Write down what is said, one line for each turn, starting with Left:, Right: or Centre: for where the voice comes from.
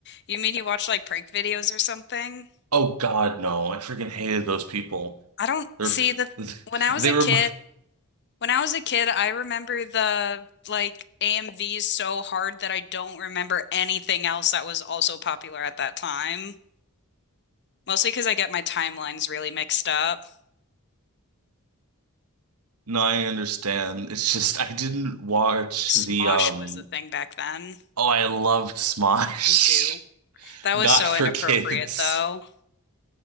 Left: You mean you watch like prank videos or something?
Right: Oh God, no. I freaking hated those people.
Left: I don't
Right: They're
Left: see the
Right: <laughs>
Left: when I was
Right: they
Left: a
Right: were
Left: kid, when I was a kid, I remember the like AMVs so hard that I don't remember anything else that was also popular at that time. Mostly because I get my timelines really mixed up. I
Right: no, I understand. It's just I didn't watch
Left: think Smosh
Right: the um
Left: was the thing back then.
Right: oh I loved Smosh.
Left: Me too.
Right: <laughs>
Left: That
Right: Not
Left: was so
Right: for
Left: inappropriate
Right: kids.
Left: though.